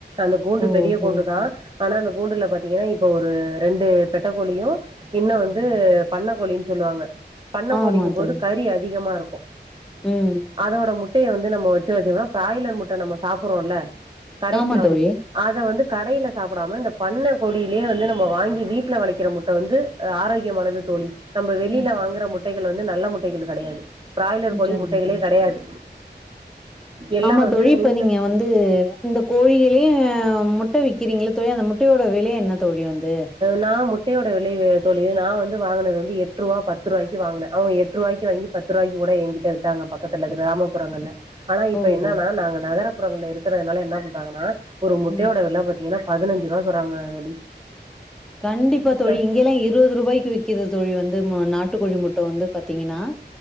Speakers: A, on the right; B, in the centre.
A: அந்த கூண்டு
B: ஓஹோ!
A: பெரிய கூண்டு தா ஆனா அந்த கூண்டுல பாத்தீங்கன்னா இப்ப ஒரு ரெண்டு பெட்டக்கோழியு இன்னோ வந்து பண்ணக்கோழின் சொல்லுவாங்க பண்ண
B: ஆமா
A: கோழிங்கம் போது
B: தோழி.
A: கறி அதிகமா இருக்கு
B: ம், ம்.
A: அதோட முட்டைய வந்து நம்ம வச்சு வச்சோம்னா பிராய்லர் முட்டை நம்ம சாப்ட்றோல்ல கடேல
B: ஆமா
A: வாங்கி
B: தோழி.
A: அத வந்து கடேல சாப்டாம இந்த பண்ண கோழிலயே வந்து நம்ம வாங்கி வீட்ல வளைக்கிற முட்ட வந்து ஆரோக்கியமானது தோழி நம்ம வெளில
B: ம், ச
A: வாங்குற முட்டைகள் வந்து நல்ல முட்டைகள் கெடையாது பிராய்லர்
B: ம்,
A: கோழி
B: சரிங்க
A: முட்டைகளே
B: தோழி.
A: கெடையாது எல்லா
B: ஆமா
A: வந்து
B: தோழி இப்ப
A: மின்ச
B: நீங்க வந்து இந்த கோழிகளே முட்ட விக்கிறீங்களே தோழி அந்த முட்டையோட விலை என்ன தோழி வந்து
A: நா முட்டயோட விலை தோழி நா வந்து வாங்கினது வந்து எட்டு ரூவா பத்து ரூவாக்கு வாங்கினே அவுங்க எட்டு ரூபாக்கு வாங்கி பத்து ருவாக்கி கூட எங்கிட்ட வித்தாங்க பக்கத்துல கிராமப்புறங்கள்ல ஆனா இப்ப
B: ஓஹோ!
A: என்னன்னா நாங்க நகரபுறங்கள்ல இருக்கறதுனால என்ன பண்றாங்கன்னா ஒரு முட்டையோட
B: ம்.
A: வெல பாத்தீங்கன்னா பதினஞ்சி ரூவா சொர்றாங்க தோழி
B: கண்டிப்பா தோழி
A: அஹ்
B: இங்கெல்லா இருவது ரூவாய்க்கு விக்கிது தோழி வந்து நாட்டுக்கோழி முட்டை வந்து பத்திங்கன்னா